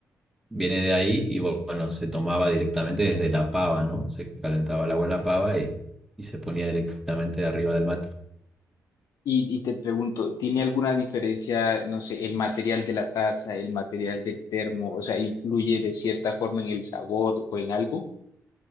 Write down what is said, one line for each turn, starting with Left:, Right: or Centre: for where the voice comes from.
Centre: viene de ahí y bu- bueno, se tomaba directamente desde la pava, ¿no? Se calentaba el agua en la pava y, y se ponía directamente arriba del mate.
Left: Y, y te pregunto, ¿tiene alguna diferencia, no sé, el material de la taza, el material del termo? O sea, ¿influye de cierta forma en el sabor o en algo?